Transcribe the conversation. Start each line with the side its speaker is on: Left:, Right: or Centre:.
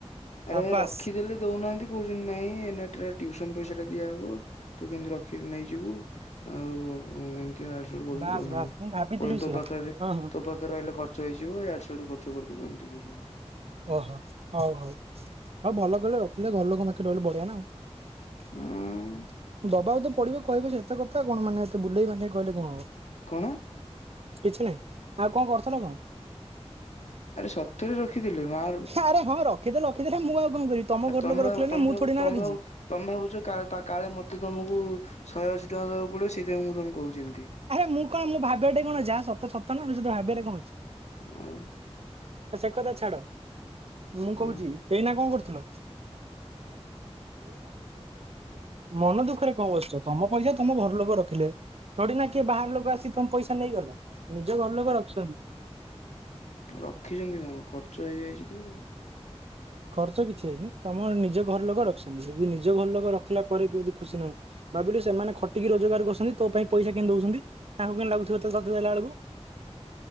Left: ଆରେ
Right: ସାବାସ୍।
Left: ରଖିଦେଲେ ଦଉନାହାନ୍ତି କହୁଛନ୍ତି ନାଇଁ ଏମାଟରେ ଟିଉସନ୍ ପଇସା ଟା ଦିଆହବ? ତୁ କେମିତି ରଖ୍ କି ନେଇଯିବୁ ଆଉ ଛନ୍ତିହା କଛନ୍ତି
Right: ବାସ୍ ବାସ୍ ମୁଁ ଭାବିଥିଲି ବି
Left: ତୋ
Right: ସେଇଆ
Left: ପାଖରେ
Right: ହଁ ହଁ
Left: ତୋ ପାଖରେଲେ ଖର୍ଚ୍ଚ ହେଇଯିବଡ ଖର୍ଚ୍ଚ କରିଦବୁ ଏମିତି କହୁଛନ୍ତି
Right: ଓହୋ ହଉ ହଉ। ହଉ ଭଲ କହିଲେ ରଖିଲେ ଘର ଲୋକଙ୍କ ପାଖରେ ରହିଲେ ବଢ଼ିଆ ନା ଆଉ।
Left: ଉଁ
Right: ଦବାକୁ ତ ପଡିବ କହିବ ଯେ ଏତେ କଥା କଣ ମାନେ ଏତେ ବୁଲେଇ ବଙ୍କେଇ କହିଲେ କଣ ହବ?
Left: କଣ?
Right: କିଛି ନାହିଁ। ଆଉ କଣ କରୁଥିଲ କଣ?
Left: ଆରେ ସତରେ ରଖିଥିଲି ମାଆ
Right: ଆରେ ହଁ ରଖିଦେଲେ ରଖିଦଲେ ମୁଁ ଆଉ କଣ କରିବି ତମ
Left: ଆ
Right: ଘର
Left: ତମେ
Right: ଲୋକ ରଖିଲେ
Left: ତମେ
Right: ନା ମୁଁ ଥୋଡି ନା
Left: ତମେ
Right: ରଖିଛି।
Left: ତମେ ଭାବୁଛ କାଳେ ମତେ ତମକୁ ଶହେ ଅଶୀ ଟଙ୍କା ଦେବାକୁ ପଡ଼ିବ ସେଇଥିପାଇଁ ମୁଁ ତମକୁ କହୁଛି ଏମତି।
Right: ଆରେ ମୁଁ କଣ ମୁଁ ଭାବିବା ଠାରେ କଣ ଅଛି ଯାହା ସତ ସତ ନା ସତ ଭାବିବା ଠାରେ କଣ ଅଛି।
Left: ଆଉ
Right: ଆରେ ସେ କଥା ଛାଡ। ମୁଁ
Left: ହୁଁ
Right: କହୁଛି ଏଇନା କଣ କରୁଥିଲ? ମନ ଦୁଃଖରେ ବସିଛି ଆଉ। ମନ ଦୁଃଖରେ କଣ ବସିଛ ତମ ପଇସା ତମ ଘର ଲୋକ ରଖିଲେ ଥୋଡି ନା କିଏ ବାହାର ଲୋକ ଆସି ତମ ପଇସା ନେଇଗଲା ନିଜ ଘର ଲୋକ ରଖିଛନ୍ତି।
Left: ରଖିଛନ୍ତି କଣ ଖର୍ଚ୍ଚ ହେଇଯାଇଛି ତ।
Right: ଖର୍ଚ୍ଚ କିଛି ହେଇନି ତମର ନିଜ ଘର ଲୋକ ରଖୁଛନ୍ତି ଯଦି ନିଜ ଘର ଲୋକ ରଖିଲା ପରେ ତୁ ଯଦି ଖୁସି ନାହୁଁ ଭାବିଲୁ ସେମାନେ ଖଟିକି ରୋଜଗାର କରୁଛନ୍ତି ତୋ ପାଇଁ ପଇସା କେମିତି ଦଉଛନ୍ତି ତାଙ୍କୁ କେମିତି ଲାଗୁଥିବ ତୋତେ ଦେଲା ବେଳକୁ?